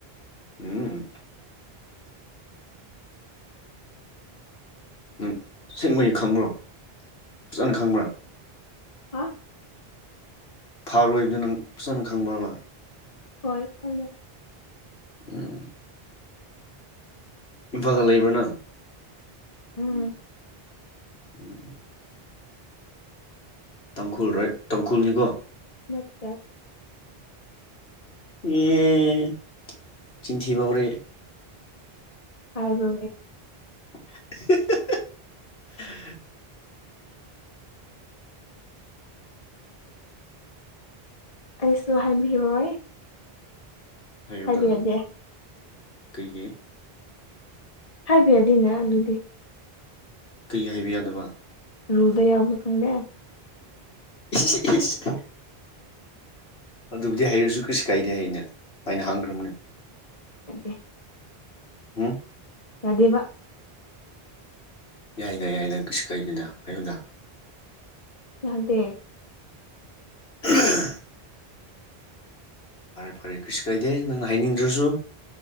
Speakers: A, on the left; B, on the left.
A: ꯎꯝ ꯅꯪ ꯁꯦꯟꯃꯩ ꯈꯪꯕ꯭ꯔꯣ ꯐꯖꯅ ꯈꯪꯕ꯭ꯔꯥ
B: ꯍꯥ
A: ꯐꯥꯔꯣꯏꯕꯗꯨꯅ ꯅꯪ ꯐꯖꯅ ꯈꯪꯕꯕ
B: ꯍꯣꯏ ꯐꯂꯦ
A: ꯎꯝ ꯏꯝꯐꯥꯜꯗ ꯂꯩꯕ꯭ꯔꯥ ꯅꯪ
B: ꯎꯝ
A: ꯎꯝ ꯎꯝ ꯇꯥꯡꯈꯨꯜ ꯔꯥꯏꯠ ꯇꯥꯡꯈꯨꯜꯅꯤꯀꯣ
B: ꯅꯠꯇ
A: ꯑꯦ ꯆꯤꯟ ꯊꯤꯕ ꯍꯧꯔꯦ
B: ꯍꯥꯏꯕꯣ
A: <unintelligible>
B: ꯑꯩꯁꯨ ꯍꯥꯏꯕꯤꯔꯣꯏ
A: ꯍꯥꯏꯌꯨꯗ
B: ꯍꯥꯏꯕ ꯌꯥꯗꯦ
A: ꯀꯩꯒꯤ
B: ꯍꯥꯏꯕ ꯌꯥꯗꯤꯅꯦ ꯑꯗꯨꯗꯤ
A: ꯀꯩꯒꯤ ꯍꯥꯏꯕ ꯌꯥꯗꯕ
B: ꯔꯨꯜꯗ ꯌꯥꯎꯕ꯭ꯔꯥ ꯈꯪꯗꯦ
A: ꯏꯁ ꯏꯁ‌ ꯑꯗꯨꯕꯨꯗꯤ ꯍꯩꯔꯁꯨ ꯀꯩꯁꯨ ꯀꯥꯏꯗꯦ ꯑꯩꯅ ꯑꯩꯅ ꯍꯪꯈ꯭ꯔꯕꯅꯦ
B: ꯗꯦ
A: ꯎꯝ
B: ꯌꯥꯗꯦꯕ
A: ꯌꯥꯏꯅ ꯌꯥꯏꯅ ꯀꯩꯁꯨ ꯀꯩꯗꯅ ꯑꯌꯨꯝꯗ
B: ꯌꯥꯗꯦ
A: ꯎꯝ ꯐꯔꯦ ꯐꯔꯦ ꯀꯩꯁꯨ ꯀꯥꯏꯗꯦ ꯅꯪꯅ ꯍꯥꯏꯅꯤꯡꯗ꯭ꯔꯁꯨ